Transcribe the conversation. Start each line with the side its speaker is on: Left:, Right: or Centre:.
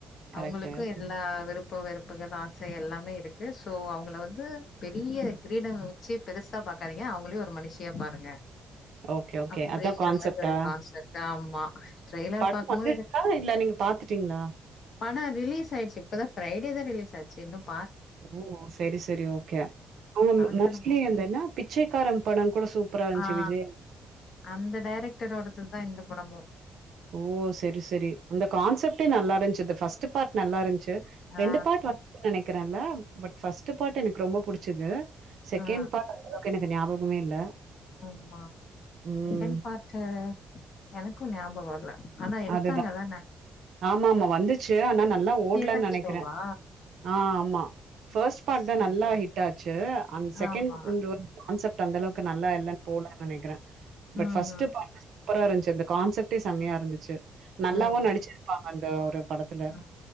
Right: கரெக்ட்டு.
Left: அவுங்களுக்கு எல்லா
Right: ம்.
Left: விருப் ப்பு வெறுப்புகள் ஆசை எல்லாமே இருக்கு சோ அவுங்கள வந்து பெரிய கிரீடம் வச்சு பெருசா பாக்காதீங்க அவுங்களயும் ஒரு மனுஷியா பாருங்க
Right: ஓகே, ஓகே.
Left: அப்படிங்கிற
Right: அதான் கான்செப்ட்டா?
Left: மாதிரி ஒரு கான்செப்ட்டா ஆமா ட்ரெய்லர்
Right: படம்
Left: பாக்கும்போது
Right: வந்துச்சுக்கா இல்ல நீங்க பாத்துட்டீங்களா
Left: ஆனா ரிலீஸ் ஆயிடுச்சு இப்ப தான் பிரரைடே தான் ரிலீஸ் இன்னும்
Right: ஓ செரி செரி ஓகே அவுங்க
Left: பாக்கணு
Right: மோஸ்ட்லி எந்தனா பிச்சைக்காரன் படம் கூட சூப்பரா இருந்துச்சு
Left: ஆ
Right: விஜய்
Left: அந்த டைரக்டரோட சொல் தான் இந்த படமும்
Right: ஓ செரி செரி அந்த கான்செப்ட்டே நல்லா இருந்துச்சு ஃபர்ஸ்ட் பார்ட் நல்லா இருந்து ச்சுரெண்டு
Left: ஆ
Right: பார்ட் வந்து எனக் இருக்கேன்ல பட் ஃப்ர்ஸ்ட் பார்ட் எனக்கு ரொம்ப புடிச்சுது செக்ண்ட்
Left: ஆ
Right: பார்ட் ஞாபகமே இல்ல
Left: ஆமா
Right: ம்
Left: செக்ண்ட் பார்ட்டு எனக்கும் ஞாபகம் இல்ல ஆனா எடுத்தாங்க
Right: அதுதான்
Left: தானே
Right: ஆமா ஆமா வந்துச்சு ஆனா நல்லா ஓடலன்னு
Left: தா
Right: நெனைக்கிறேன்
Left: ஹீரோவா
Right: ஆ ஆமா ஃபர்ஸ்ட் பார்ட்
Left: செரி
Right: தான் நல்லா
Left: செரி
Right: ஹிட் ஆச்சு அண்ட் செகண்ட்
Left: ஆமா
Right: கான்சப்ட் அந்தளவுக்கு நல்லா இல்ல போலன்னு நெனைக்கிறேன்
Left: ம்
Right: பட் ஃபர்ஸ்ட்
Left: ம்
Right: பார் அப்பரரா இருந்துச்சு அந்த கசெப்டே செமையா இருந்துச்சு நல்லாவும்
Left: ம்
Right: நடிச்ச இருப்பாங்க இந்த ஒரு படத்துல
Left: ஆ